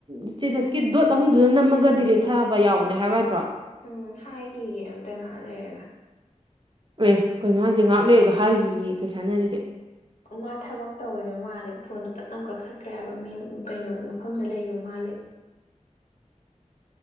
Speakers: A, on the right (about 40°); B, on the left (about 75°).
A: ꯏꯁꯇꯦꯇꯁꯀꯤ ꯗꯣꯠ ꯑꯍꯨꯝꯗꯨꯗ ꯅꯝꯃꯒ ꯗꯤꯂꯤꯠ ꯊꯥꯕ ꯌꯥꯎꯕꯅꯦ ꯍꯥꯏꯌꯨ ꯌꯥꯗ꯭ꯔꯣ
B: ꯎꯝ ꯍꯥꯏꯈꯤꯒꯦ ꯑꯝꯇ ꯉꯥꯏꯍꯛ ꯂꯩꯔꯒ
A: ꯑꯦ ꯀꯩꯅꯣ ꯍꯥꯏꯖꯦ ꯉꯥꯍꯛ ꯂꯩꯔꯒ ꯍꯥꯏꯒꯤꯒꯦꯌꯦ ꯀꯩ ꯆꯥꯟꯅꯔꯤꯒꯦ
B: ꯃꯥ ꯊꯕꯛ ꯇꯧꯔꯤꯕ ꯃꯥꯜꯂꯦ ꯐꯣꯟꯗꯣ ꯄꯠ ꯂꯥꯎ ꯀꯛꯊꯠꯈ꯭ꯔꯦ ꯍꯥꯏꯕ ꯃꯤ ꯀꯩꯅꯣ ꯃꯐꯝꯗ ꯂꯩꯕ ꯃꯥꯜꯂꯦ